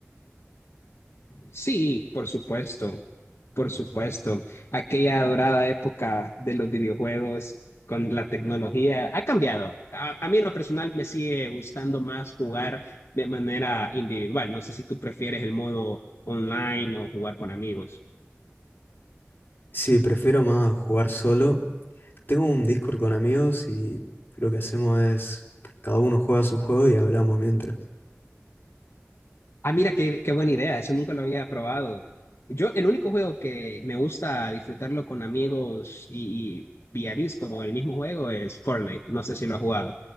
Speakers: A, on the left; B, on the left.
A: Sí, por supuesto, por supuesto. Aquella dorada época de los videojuegos con la tecnología ha cambiado. A, a mí en lo personal me sigue gustando más jugar de manera individual. No sé si tú prefieres el modo online o jugar con amigos.
B: Sí, prefiero más jugar solo. Tengo un Discord con amigos y lo que hacemos es cada uno juega su juego y hablamos mientras.
A: Ah, mira, qué, qué buena idea. Eso nunca lo había probado. Yo, el único juego que me gusta disfrutarlo con amigos y, y vía Discord o el mismo juego es Fortnite. No sé si lo has jugado.